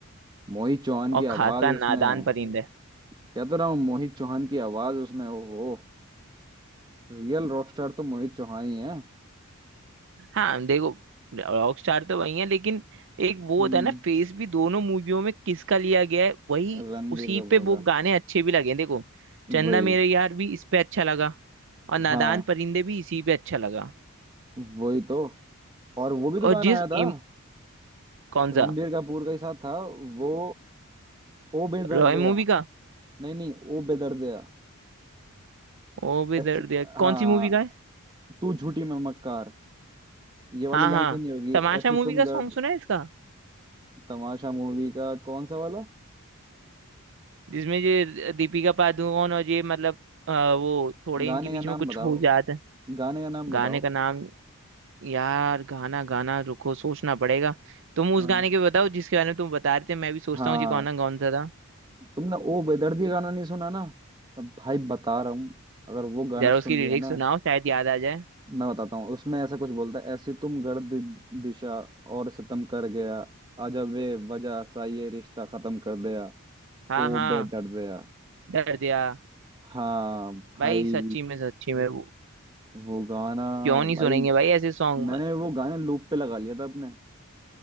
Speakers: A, on the right; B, on the right.
A: मोहित चौहान
B: और
A: की
B: खासकर
A: आवाज उसमें
B: नादान परिंदे
A: क्या तो रहा हूँ मोहित चौहान की आवाज उसमें ओहो रियल रॉक स्टार तो मोहित चौहान ही है
B: हाँ देखो रॉक स्टार तो वही है लेकिन एक वो
A: हम्म
B: होता है ना फेस भी दोनों मूवियों में किसका लिया गया है वही
A: रणबीर
B: उसी
A: कपूर
B: पे
A: का
B: वो गाने अच्छे भी लगे हैं। देखो
A: वही
B: चन्दा मेरे यार भी इस पे अच्छा लगा और नादान
A: हाँ
B: परिंदे भी इसी पे अच्छा लगा
A: वही तो और वो भी तो
B: और
A: गाना
B: जिस
A: आया था
B: इम, कौन
A: रणबीर
B: सा
A: कपूर का ही साथ था वो ओ बेदर्द
B: रॉय
A: दिया
B: मूवी का
A: नहीं नहीं ओ बेदर्द दिया
B: ओ बे
A: ऐसी
B: दर्द दिया
A: हाँ
B: कौन सी मूवी का है
A: तू झूठी मैं मक्कार ये वाली
B: हाँ
A: लाइन
B: हाँ
A: सुनी होगी
B: तमाशा
A: ऐसी
B: मूवी
A: तुम
B: का सॉन्ग
A: गर्द
B: सुना है इसका
A: तमाशा मूवी का कौन सा वाला
B: जिसमें ये दीपिका पादुकोण और ये मतलब अ, वो थोड़े
A: गाने
B: इनके बीच
A: का नाम
B: में कुछ
A: बताओ
B: हो जाता है
A: गाने का नाम बताओ
B: गाने का नाम यार गाना गाना रुको सोचना पड़ेगा तुम उस
A: हाँ
B: गाने के बताओ जिसके बारे में तुम बता रहे थे मैं भी सोचता
A: हाँ
B: हूँ जी कौन कौन सा था
A: तुमने ओ बेदर्दी गाना नहीं सुना ना अब भाई बता रहा हूँ अगर वो गाना
B: जरा उसकी
A: सुन लिया
B: लिरिक्स
A: ना
B: सुनाओ शायद याद आ जाए
A: मैं बताता हूँ उसमें ऐसा कुछ बोलता है ऐसी तुम गर्द दिशा और सितम कर गया आजा वे वजह सा ये रिश्ता खत्म कर दिया
B: हाँ
A: ओ
B: हाँ
A: बेदर्दिया
B: डर दिया
A: हाँ भाई
B: भाई सच्ची में सच्ची में वो
A: वो गाना
B: क्यों नहीं
A: भाई
B: सुनेंगे भाई ऐसे सॉन्ग
A: मैंने वो गाना लूप पे लगा लिया था अपने